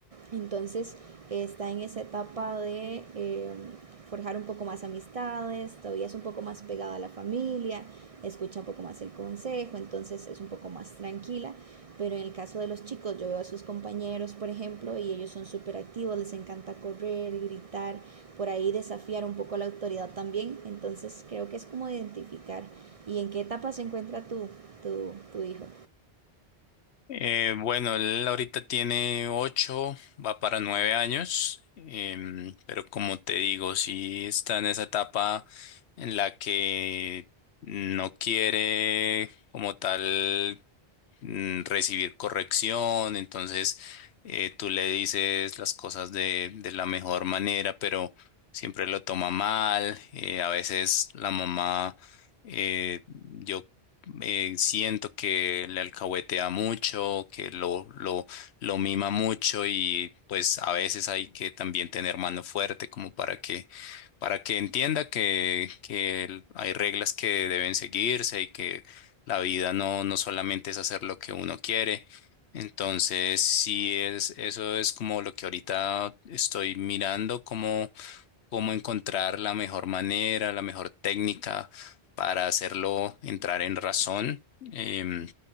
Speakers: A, on the right (about 45°); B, on the left (about 80°).
A: entonces eh, está en esa etapa de eh, forjar un poco más amistades, todavía es un poco más pegada a la familia, escucha un poco más el consejo, entonces es un poco más tranquila. Pero en el caso de los chicos, yo veo a sus compañeros, por ejemplo, y ellos son súper activos, les encanta correr, gritar, por ahí desafiar un poco la autoridad también. Entonces creo que es como identificar y en qué etapa se encuentra tu, tu, tu hijo.
B: Eh, bueno, él ahorita tiene ocho, va para nueve años, em, pero como te digo, sí está en esa etapa en la que no quiere como tal mm, recibir corrección, entonces eh, tú le dices las cosas de, de la mejor manera, pero siempre lo toma mal, eh, a veces la mamá, eh, yo eh, siento que le alcahuetea mucho, que lo, lo, lo mima mucho y pues a veces hay que también tener mano fuerte como para que, para que entienda que, que el- hay reglas que deben seguirse y que la vida no, no solamente es hacer lo que uno quiere. Entonces, sí es, eso es como lo que ahorita estoy mirando, cómo encontrar la mejor manera, la mejor técnica para hacerlo entrar en razón. Em,